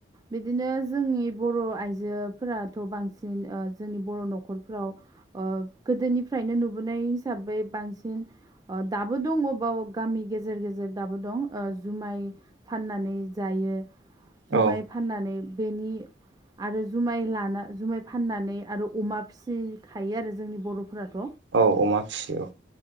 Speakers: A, on the right; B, on the right.
A: बिदिनो जोंनि बर' आइजोफोराथ' बांसिन जोंनि बर' न'खरफ्राव गोदोनिफ्रायनो नुबोनाय हिसाबै बांसिन दाबो दं अबबाव गामि गेजेर गेजेर दाबो दं जुमाय फाननानै जायो जुमाय
B: औ
A: फाननानै बेनि आरो जुमाय लाना जुमाय फाननानै आरो अमा फिसिखायो आरो जोंनि बर'फोराथ'
B: औ अमा फिसि औ